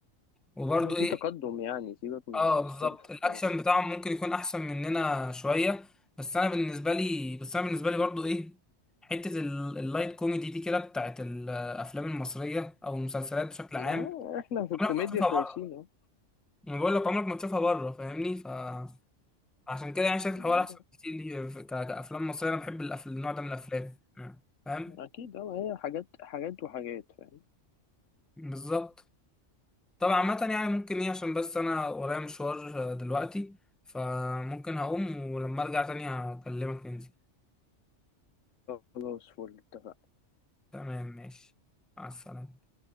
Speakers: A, in the centre; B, on the left.
A: وبرضو
B: هم في
A: ايه
B: تقدم يعني سيبك من
A: اه
B: الصرف
A: بالظبط الاكشن
B: فاهم
A: بتاعهم ممكن يكون احسن مننا شويه بس انا بالنسبه لي بس انا بالنسبه لي برضو ايه حته ال- اللايت كوميدي دي كده بتاعت الافلام المصريه او المسلسلات بشكل
B: ما
A: عام
B: هو إحنا في الكوميديا
A: انا بشوفها
B: كويسين
A: بره. انا بقول لك عمرك ما تشوفها بره فاهمني فعشان كده يعني شايف الحوار
B: أهو
A: احسن بكتير ليه في- ك- كافلام مصريه انا بحب الأف- النوع ده من الافلام يعني، فاهم
B: اكيد اه هي حاجات حاجات وحاجات فاهم
A: بالظبط طبعا عامه يعني ممكن ايه عشان بس انا ورايا مشوار آه، دلوقتي فممكن هقوم ولما ارجع تاني هكلمك ننزل
B: خلاص فل اتفقنا
A: تمام ماشي مع السلامه